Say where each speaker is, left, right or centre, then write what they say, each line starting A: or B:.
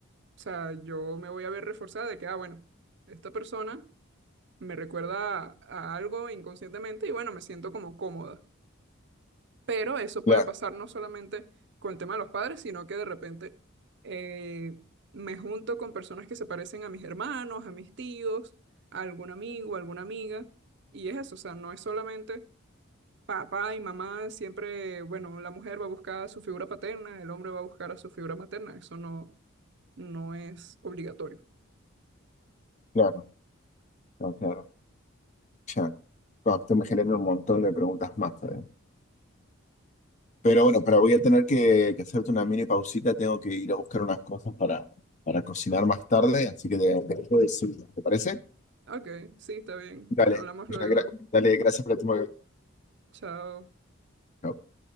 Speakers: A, on the right; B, on the left.
A: o sea, yo me voy a ver reforzada de que, ah, bueno, esta persona me recuerda a, a algo inconscientemente y bueno, me siento como cómoda. Pero eso puede
B: Claro,
A: pasar no solamente con el tema de los padres, sino que de repente eh, me junto con personas que se parecen a mis hermanos, a mis tíos, a algún amigo, a alguna amiga. Y es eso, o sea, no es solamente papá y mamá, siempre, bueno, la mujer va a buscar a su figura paterna, el hombre va a buscar a su figura materna. Eso no, no es obligatorio.
B: claro, claro, claro. Ya. No, esto me genera un montón de preguntas más todavía. Pero bueno, pero voy a tener que, que hacerte una mini pausita, tengo que ir a buscar unas cosas para, para cocinar más tarde, así que te, te dejo de decir, ¿te parece?
A: Ok, sí, está bien.
B: Dale,
A: Hablamos luego.
B: gra- dale, gracias por la tu
A: Chao.
B: Chao.